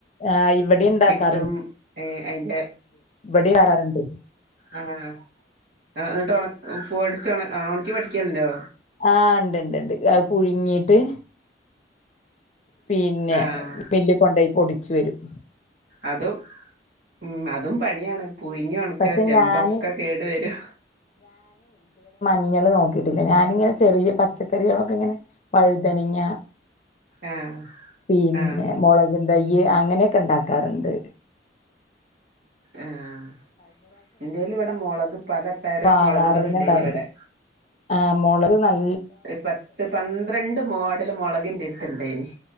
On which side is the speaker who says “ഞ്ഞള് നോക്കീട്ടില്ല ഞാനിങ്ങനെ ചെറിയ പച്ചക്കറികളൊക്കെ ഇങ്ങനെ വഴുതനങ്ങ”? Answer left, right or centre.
Left